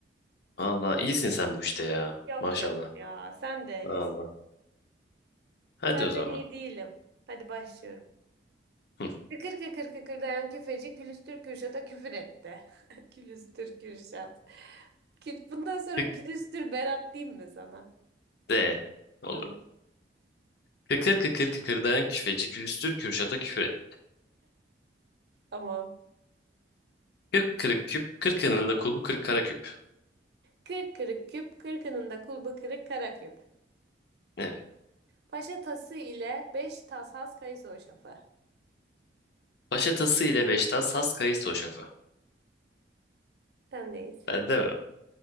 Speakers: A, on the left (about 60°); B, on the right (about 60°).
A: Valla iyisin sen bu işte ya
B: Yok
A: maşallah.
B: canım ya, sen de öylesin.
A: Valla hadi
B: Senden
A: o zaman.
B: iyi değilim. Hadi başlıyorum.
A: Hı.
B: Kıkır kıkır kıkırdayan küfeci külüstür Kürşat'a küfür etti. <laughs> Külüstür Kürşat. Küt- Bundan sonra
A: Tık
B: külüstür Berat diyeyim mi sana?
A: de olur.
B: Tamam.
A: Kıkır kıkır kıkırdayan küfeci külüstür Kürşat'a küfür et.
B: Tamam.
A: Kırk kırık küp, kırkının da kulbu kırk kara küp.
B: Kırk kırık küp, kırkının da kulbu kırık kara küp.
A: Evet.
B: Paşa tası ile beş tas has kayısı hoşafı.
A: Paşa tası ile beş tas, has kayısı o şafı.
B: Sendeyiz.
A: Ben de mi?